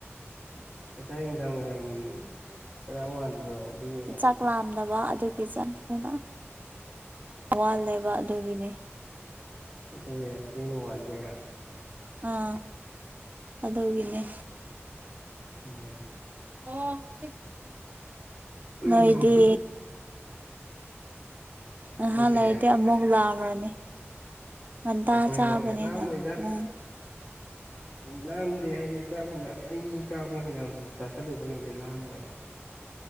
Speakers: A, on the left; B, on the right.
A: ꯉꯁꯥꯏ ꯅꯨꯡꯗꯥꯡ ꯋꯥꯏꯔꯝ ꯆꯔꯥ ꯋꯥꯟꯕ꯭ꯔꯣ ꯑꯗꯨꯒꯤ ꯑꯣꯏꯔꯝꯅꯤꯗ
B: ꯆꯥꯛ ꯂꯥꯝꯗꯅꯕ ꯑꯗꯨ ꯆꯥꯡꯗꯅ ꯑꯋꯥꯜꯂꯦꯕ ꯑꯗꯨꯒꯤꯅꯤ
A: ꯑꯗꯨꯒꯤꯔꯥ ꯊꯦꯡꯅ ꯋꯥꯟꯕꯩꯔꯥ
B: ꯑꯥ ꯑꯗꯒꯅꯦ
A: ꯎꯝ
B: ꯑꯣ
A: ꯎꯝꯍꯨꯝ
B: ꯅꯣꯏꯗꯤ ꯑꯍꯜ
A: ꯑꯩꯈꯣꯏ ꯀꯔꯤ
B: ꯂ ꯏꯗ ꯑꯃꯛ ꯂ ꯑꯃꯔꯅꯤ ꯃꯟꯗ
A: ꯑꯩꯈꯣꯏꯔꯣ
B: ꯆꯥꯕꯅꯦꯅ
A: ꯂꯥꯝꯃꯣꯏꯗ
B: ꯎꯝ
A: ꯂꯥꯝꯗꯦ ꯍꯥꯏꯗꯤ ꯆꯥꯛ ꯑꯩ ꯏ ꯀꯥꯕꯒꯤ ꯃꯅꯌꯥꯝ ꯆꯥꯥꯁꯜꯂꯨꯕꯒꯤꯅꯦ ꯂꯥꯝꯃꯣꯏꯕ